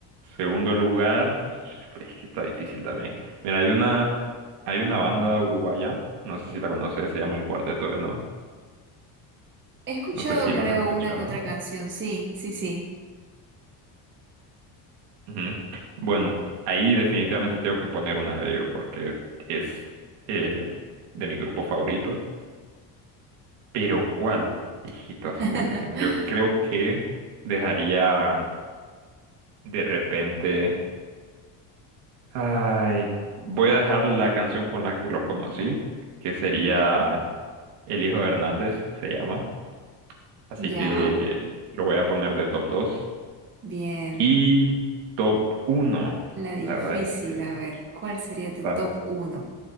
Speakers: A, on the right; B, on the right.
A: Segundo lugar, es que está difícil también. Mira, hay una, hay una banda uruguaya, no sé si la conoces, se llama El Cuarteto de Nos.
B: He escuchado,
A: No sé si
B: creo,
A: los has escuchado.
B: una que otra canción. Sí, sí, sí.
A: Ujú. Bueno, ahí definitivamente tengo que poner una de ellos porque es eh, de mi grupo favorito. Pero ¿cuál? Hijito, eso
B: <laughs>
A: buenísima. Yo creo que dejaría mm, de repente. Ay, voy a dejar la canción con la que los conocí, que sería
B: Ya,
A: El Hijo de Hernández, se llama. Así
B: ya.
A: que lo voy a poner de top dos
B: Bien.
A: Y top uno
B: La difícil,
A: La verdad es que
B: a ver, ¿cuál sería
A: está-
B: tu top uno?